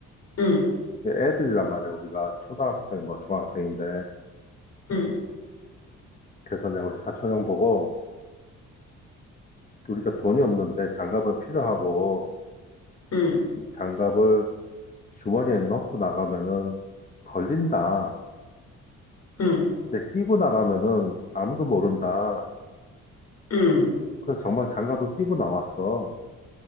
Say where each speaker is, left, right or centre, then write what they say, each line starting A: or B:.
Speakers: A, on the left; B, on the left.
A: 응,
B: 근데 애들이란 말이야. 우리가 초등학생 뭐 중학생인데.
A: 응,
B: 그래서 내가 우리 사촌 형 보고 우리가 돈이 없는데 장갑은 필요하고
A: 응,
B: 이 장갑을 주머니에 넣고 나가면은 걸린다.
A: 응,
B: 근데 끼고 나가면은 아무도 모른다.
A: 응.
B: 그래서 정말 장갑을 끼고 나왔어.